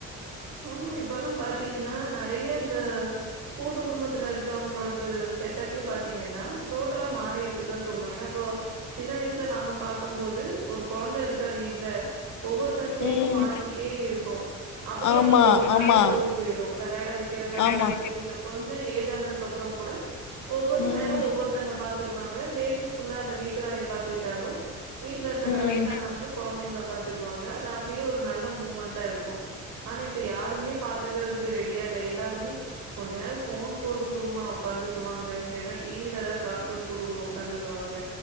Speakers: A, on the right; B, on the left.
A: ஆமா இப்போலா பாத்தீங்கன்னா நெறைய இந்த கூட்டு குடும்பத்துல இருக்கவங்களோடது செட்டப்பே பாத்தீங்கன்னா டோட்டலா மாறி இருக்குந்தா சொல்லு ஏன்னா இப்போ சின்ன வயசுல நாம்ம பாக்கும் போது ஒரு கொழந்த இருக்கா வீட்டுல ஒவ்வொருத்தங்க கைக்கு
B: ம்
A: மாறிக்கிட்டே இருக்கு‌அப் ப்படியே
B: ஆமா
A: அந்த ஒரு நாளே
B: ஆமா
A: ஓடி போயிடு வெளாட வெக்கிறதாந்தாலு
B: ஆமா
A: சரி இல்ல கொஞ்சோ ஏஜ் ஆனது க்கு அப்புறம் கூட ஒவ்வொரு
B: ம்
A: நேரோ ஒவ்வொருத்தங்க பாத்துக்குவாங்க லேடிஸ் புள்ளா அந்த வீட்டு வேலைய பாத்துகிட்டாலு வீட்டுல இருக்க அந்த வயசானவங்க
B: ம்
A: கொழந்தைங்கள பாத் கத்துக்குவாங்க அது அப்டியே ஒரு நல்ல மூமெண்டா இருக்கும் ஆனா இப்ப யாருமே பாத்துக்குறதுக்கு ரெடியா இல்ல எல்லார் <unintelligible> கொஞ்ச நேரோ போன் போட்டு குடும்மா உக்காந்துக்குவாங்க இல்லேன்னா டிவில எதாது கார்டூன் போட்டு கூட உக்காந்துக்குவாங்க